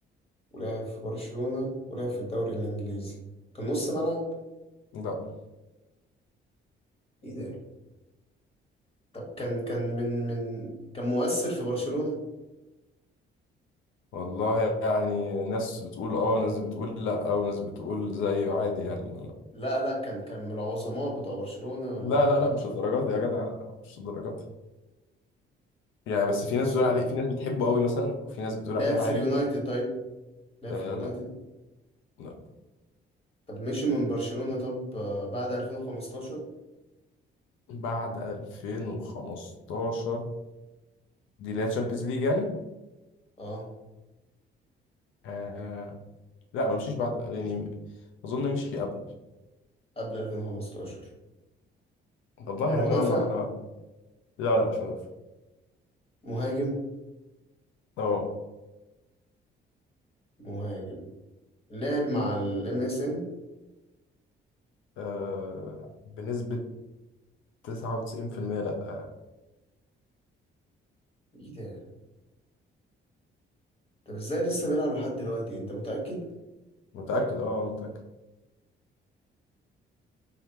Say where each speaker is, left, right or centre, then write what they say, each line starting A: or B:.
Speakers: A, on the left; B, on the left.
A: ولعب في برشلونة ولعب في الدوري الإنجليزي كان نص ملعب
B: لا
A: إيه ده طب كان كان من من كان مؤثر في برشلونة
B: والله يعني ناس بتقول اه وناس بتقول لا وناس بتقول زيه عادي يعني
A: لا لا كان كان من العظماء بتوع برشلونة ولا
B: لا
A: لا
B: لا لا مش الدرجات دي يا جدع لا مش الدرجات دي. يعني بس في ناس
A: أسمع
B: بتقول عليه في ناس بتحبه قوي مثلا وفي ناس بتقول
A: لعب
B: عليه
A: في
B: عادي
A: اليونايتد طيب لعب
B: آه
A: في اليونايتد
B: لا لا
A: طب مشي من برشلونة طب آه، بعد 2015
B: بعد 2015 دي اللي هي تشامبيونز ليج يعني
A: اه
B: آه لا ما مشيش بعد يعني اظن مشي قبل
A: قبل 2015
B: والله
A: كان
B: يعني
A: مدافع
B: انا ما لا لا مش مدافع
A: مهاجم
B: اه
A: مهاجم لعب مع الام اس ان
B: آه، بنسبة 99% لا
A: ايه ده طب ازاي لسه بيلعب لحد دلوقتي انت متأكد
B: متأكد اه متأكد